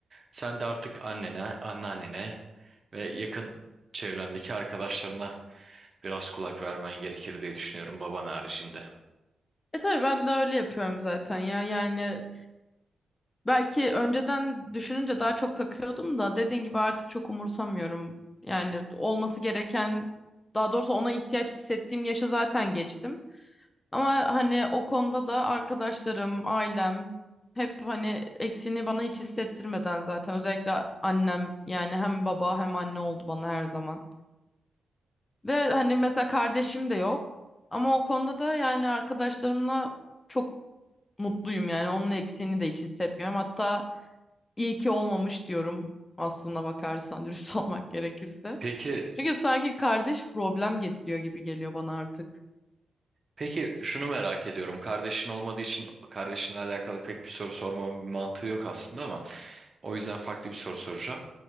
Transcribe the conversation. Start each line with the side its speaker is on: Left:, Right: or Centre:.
Right: Sen de artık annene, anneannene ve yakın çevrendeki arkadaşlarına biraz kulak vermen gerekir diye düşünüyorum baban haricinde.
Left: E tabii ben de öyle yapıyorum zaten ya. Yani belki önceden düşününce daha çok takıyordum da dediğin gibi artık çok umursamıyorum. Yani olması gereken daha doğrusu ona ihtiyaç hissettiğim yaşa zaten geçtim. Ama hani o konuda da arkadaşlarım, ailem hep hani eksiğini bana hiç hissettirmeden zaten özellikle annem yani hem baba hem anne oldu bana her zaman. Ve hani mesela kardeşim de yok ama o konuda da yani arkadaşlarımla çok mutluyum yani onun eksiğini de hiç hissetmiyorum. Hatta iyi ki olmamış diyorum aslına bakarsan dürüst <laughs> olmak gerekirse.
Right: Peki
Left: Çünkü sanki kardeş problem getiriyor gibi geliyor bana artık.
Right: Peki şunu merak ediyorum. Kardeşin olmadığı için kardeşinle alakalı pek bir soru sormamın bir mantığı yok aslında ama o yüzden farklı bir soru soracağım.